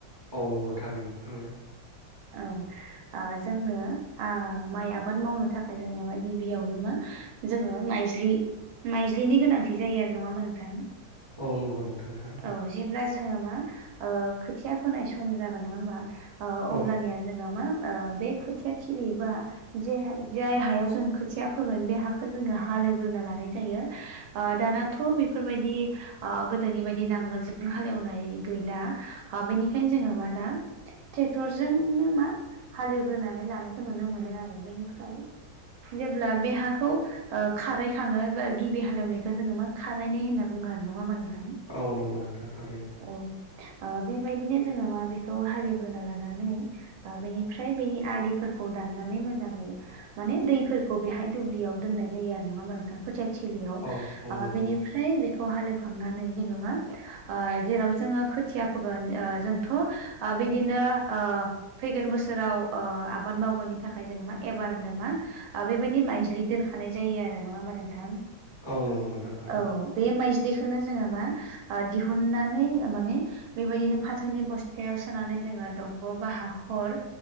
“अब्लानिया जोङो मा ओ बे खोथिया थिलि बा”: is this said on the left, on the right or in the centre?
Right